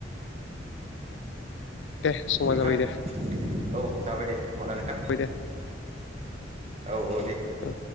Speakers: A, on the left; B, on the right.
A: दे समा
B: नोंथां
A: जाबाय दे
B: औ जाबाय दे होमबा दा नोंथां
A: दे
B: औ-औ दे
A: औ